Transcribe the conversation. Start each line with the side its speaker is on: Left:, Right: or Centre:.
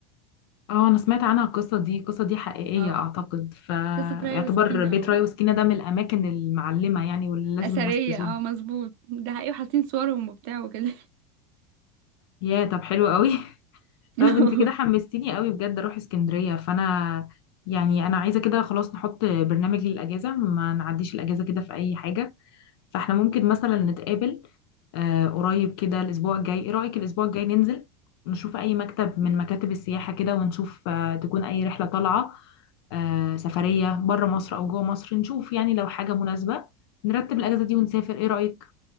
Left: اه أنا سمعت عنها القصة دي القصة دي حقيقية
Right: اه
Left: أعتقد فيعتبر
Right: قصه رايا وسكينه
Left: بيت
Right: اه
Left: راي وسكينة ده من الأماكن المعلمة يعني واللي لازم
Right: اثريه
Left: الناس تزورها
Right: اه مظبوط ده حقيقي وحاطين صورهم وبتاع وكده
Left: يا طب حلو قوي <laughs>
Right: <laughs>
Left: طب انت كده حمستيني قوي بجد اروح اسكندرية فانا يعني انا عايزة كده خلاص نحط برنامج للاجازة ما نعديش الاجازة كده في اي حاجة فاحنا ممكن مثلا نتقابل آه قريب كده الاسبوع الجاي ايه رأيك الاسبوع الجاي ننزل نشوف اي مكتب من مكاتب السياحة كده ونشوف آه تكون اي رحلة طالعة آه سفرية بره مصر او جوه مصر نشوف يعني لو حاجة مناسبة نرتب الاجازة دي ونسافر ايه رأيك